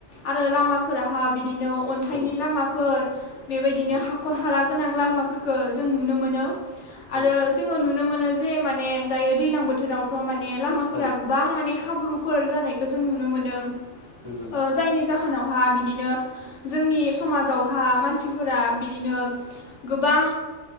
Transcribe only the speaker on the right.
औ
औ
औ
औ
नंगौ